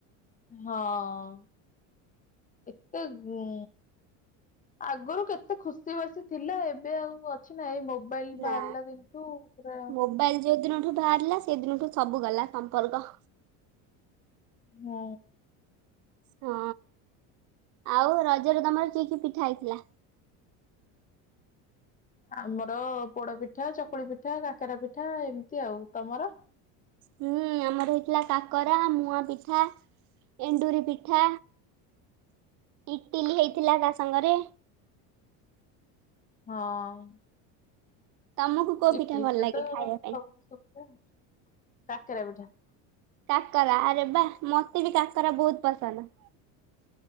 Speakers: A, on the left; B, on the right.
A: ହଁ ଏତ ଗୁଁ ଆଗରୁ କେତେ ଖୁସି ବାସି ଥିଲା ଏବେ ଆଉ ଅଛ୍ ଅଛି ନା ଏଇ ମୋବାଇଲ
B: ନା।
A: ବାହାରିଲା ଦିନଠୁ ପୁରା
B: ମୋବାଇଲ ଯୋଉ ଦିନଠୁ ବାହାରିଲା ସେଦିନଠୁ ସବୁ ଗଲା ସମ୍ପର୍କ
A: ହୁଁ।
B: ହଁ ଆଉ ରଜରେ ତମର କି କି ପିଠା ହେଇଥିଲା।
A: ଆମର ପୋଡ ପିଠା, ଚକୁଳି ପିଠା, କାକରା ପିଠା, ଏମିତି ଆଉ ତମର
B: ହୁଁ ଆମର ହେଇଥିଲା କାକରା, ମୁଆଁ ପିଠା ଏଣ୍ଡୁରି ପିଠା। ଇଟିଲି ହେଇଥିଲା ତା ସାଙ୍ଗରେ
A: ହଁ।
B: ତମକୁ କୋଉ
A: ଇଟିଲି
B: ପିଠା ଭଲ
A: ତ
B: ଲାଗେ
A: ସବୁ
B: ଖାଇବା ପାଇଁ?
A: ଠୁ ସୁବିଧା କାକେରା ପିଠା।
B: କାକରା ଆରେ ବାଃ ମତେ ବି କାକରା ବହୁତ ପସନ୍ଦ।